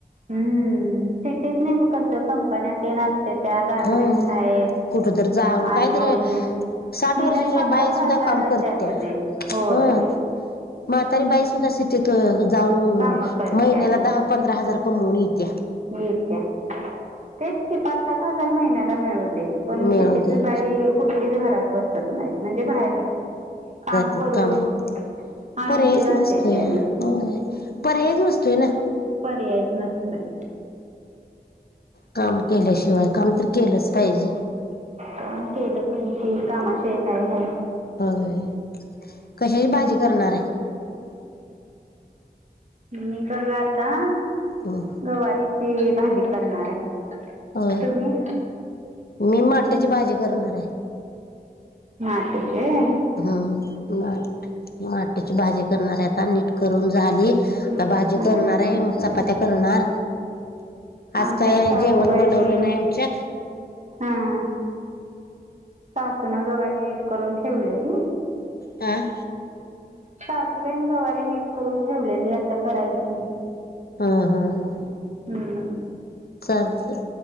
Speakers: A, on the right (about 45°); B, on the left (about 65°).
A: हम्म. सि्टीत नाही- कस कंपन्यातेन असतेत्या. गारमेंट
B: हम्म.
A: आहेत
B: कुठ तर जाऊन
A: आणि-
B: काय तर साठ
A: निदान
B: वर्षाची
A: पाच
B: बाई
A: सात
B: सुद्धा
A: हजाराची
B: काम करत्या
A: असू दे. होय.
B: हं. म्हातारी बाई सुद्धा सिटीत जाऊन
A: काम करत्या
B: महिन्याला दहा पंधरा हजार कमवून येतिया.
A: मिळत्या. तेच की पाच सात हजार महिन्याला मिळू दे. पण
B: मिळू
A: सिटीतली
B: दे
A: बाई कुठलीच घरात बसत नाही. म्हणजे बाहेर काम-
B: खूप
A: करून
B: कामात
A: आनंदी
B: पर्यायच
A: राहते
B: नसतोया
A: त्याने
B: होय, पर्यायच नसतोय ना.
A: पर्यायच नसतंय.
B: काम केल्याशिवाय काम तर केलंच पाहिजे.
A: काम केलं पाहिजे, कामाशिवाय काय हाय.
B: होय कशाची भाजी करणार आहे?
A: मी बघा आता,
B: हो...
A: गवारीची भाजी करणार आहे.
B: होय
A: तुम्ही
B: मी माटची भाजी करणार हाय.
A: माटची व्हयं.
B: हा माठ, माट. त्याची भाजी करणार आहे आता, नीट करून झाली, आता
A: हं.
B: भाजी करणार आहे, मग चपात्या करणार. आज
A: आमच्यात
B: काय
A: सासुबाईनी.
B: जेवण बनवलं नाही आमच्यात
A: हां. सासूूनं गवारी नीट करून ठेवलेली,
B: आं...
A: सासूबाईनं गवारी नीट करून ठेवलेली, आता करायची.
B: हा. हा. हा.
A: हूं....
B: चालतंय.......